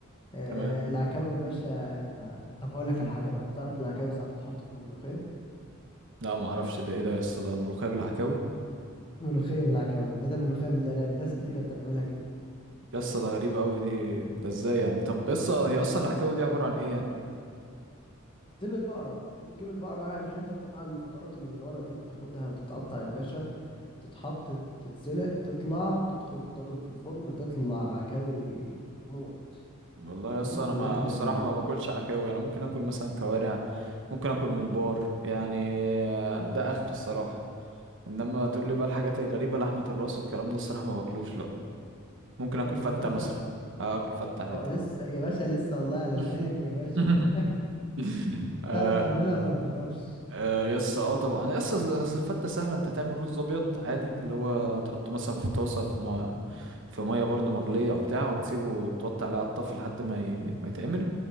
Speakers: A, on the left; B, on the right.
A: آه،
B: تمام
A: العكاوي يا باشا انت طب هقول لك على حاجه بقى انت تعرف ان العكاوي ساعات بتحط في الملوخيه
B: لا ما اعرفش ده ايه ده يس ده ملوخية بالعكاوي
A: ملوخيه بالعكاوي بدل ملوخيه بالارانب ناس كتيره بتعملها كده
B: يسا ده غريبة أوي دي ده ازاي يعني طب يسا هي أصلا العكاوي دي عبارة عن ايه يعني
A: تل البقره بتجيب البقره اه، الحته بتاع الفقرات اللي من ورا دي بتاخدها بتتقطع يا باشا تتحط تتسلق تطلع تدخل الطاجن في الفرن تطلع عكاوي موت
B: والله
A: انا
B: يسا
A: بموت
B: أنا
A: في
B: ما
A: الاكل ال...
B: الصراحة ما باكلش عكاوي أنا ممكن أكل مثلا كوارع ممكن أكل ممبار يعني آه، ده آخر الصراحة إنما تقول لي بقى الحاجات الغريبة لحمة الراس والكلام ده الصراحة ما باكلوش لأ ممكن أكل
A: طب
B: فتة
A: والفته
B: مثلا آه، أكل فتة عادي
A: اه لسه يا باشا لسه والله على
B: <laughs>
A: لساني يا باشا
B: <laughs> آه،
A: تعرف تعملها ولا ما تعرفش
B: آه يس اه طبعا يس أصل- أصل الفتة سهلة انت تعمل رز ابيض عادي اللي هو تحطه مثلا في طاسة في ما في مية برضه مغلية وبتاع وتسيبه توطي عليه على الطفي لحد ما ي... ما يتعمل